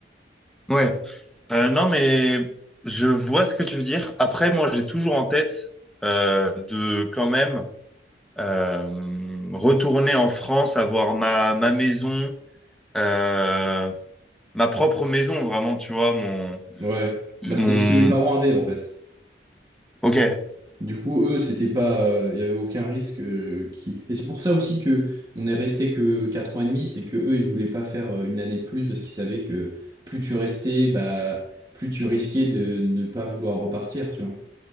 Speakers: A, in the centre; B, on the right.
A: ouais. Euh, non, mais je vois ce que tu veux dire. Après, moi, j'ai toujours en tête euh, de quand même euh, retourner en France, avoir ma, ma maison, euh, ma propre maison, vraiment, tu vois, mon,
B: Ouais.
A: Mm.
B: Bah,
A: mon...
B: c'est ce que mes parents avaient, en fait.
A: Ok,
B: Du coup, eux, c'était pas, euh, il y avait aucun risque euh, qui. Et c'est pour ça aussi que on est resté que quatre ans et demi, c'est que eux, ils voulaient pas faire euh, une année de plus parce qu'ils savaient que plus tu restais, bah, plus tu risquais de ne pas vouloir repartir, tu vois.